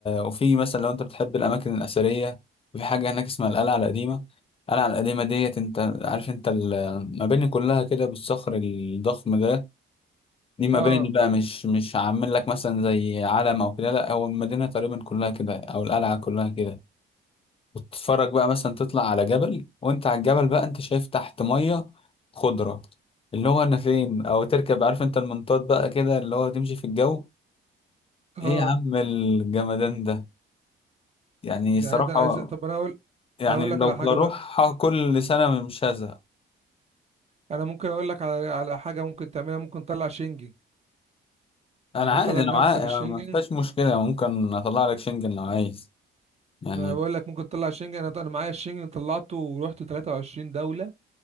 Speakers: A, on the left; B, on the right.
A: وفي مثلا لو انت بتحب الاماكن الاثريه في حاجه هناك اسمها القلعه القديمه القلعه القديمه ديت انت عارف انت المباني كلها كده بالصخر الضخم ده دي مباني
B: اه
A: بقى مش مش عامل لك مثلا زي علم او كده لا هو المدينه تقريبا كلها كده او القلعه كلها كده وتتفرج بقى مثلا تطلع على جبل وانت على الجبل بقى انت شايف تحت ميه خضره اللي هو انا فين او تركب عارف انت المنطاد بقى كده اللي هو تمشي في الجو
B: اه
A: ايه يا عم الجمدان ده يعني
B: يعني
A: صراحة
B: ده عايز طب انا اقول
A: يعني
B: اقول
A: لو
B: لك على حاجه
A: اروح
B: بقى
A: كل سنة مش هزهق
B: انا ممكن اقول لك على على حاجه ممكن تعملها ممكن تطلع شنجن ممكن
A: انا عادي
B: تطلع لنفسك
A: انا معايا
B: الشنجن
A: يعني ما فيهاش مشكلة يعني ممكن اطلع لك شنجن لو عايز يعني
B: ما انا بقول لك ممكن تطلع شنجن انا انا معايا الشنجن طلعته ورحت 23 دوله